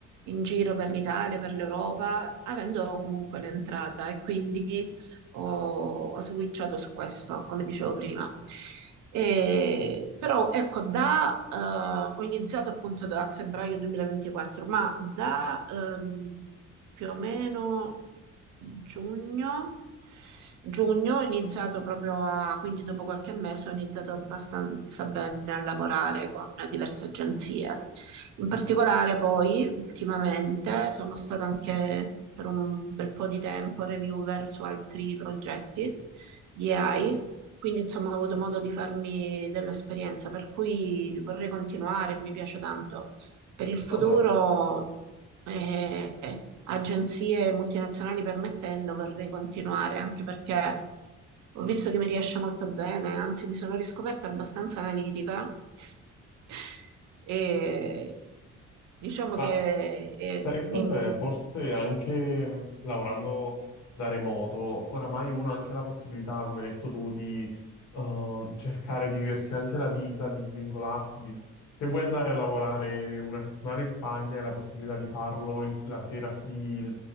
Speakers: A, on the right; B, on the left.
A: in giro per l'Italia, per l'Europa, avendo comunque un'entrata e quindi ho, ho switchato su questo, come dicevo prima. E- però ecco, da, eh, ho iniziato appunto da febbraio 2024, ma da ehm, più o meno giugno, giugno ho iniziato proprio a, quindi dopo qualche mese ho iniziato abbastanza bene a lavorare con diverse agenzie. In particolare poi ultimamente sono stata anche per un bel po' di tempo reviewer su altri progetti di AI quindi, insomma, ho avuto modo di farmi dell'esperienza, per cui vorrei continuare, mi piace tanto. Per il futuro,
B: No, ma...
A: eh, agenzie multinazionali permettendo, vorrei continuare, anche perché ho visto che mi riesce molto bene, anzi, mi sono riscoperta abbastanza analitica <laughs> e diciamo
B: ma
A: che... eh,
B: Sai
A: dimmi,
B: cos'è?
A: dimmi.
B: Forse anche mh, lavorando da remoto, oramai uno ha anche la possibilità, come hai detto tu, di eh, cercare di viversi anche la vita, di svincolarsi. di- Se vuoi andare a lavorare una settimana in Spagna, hai la possibilità di farlo il- la sera, di,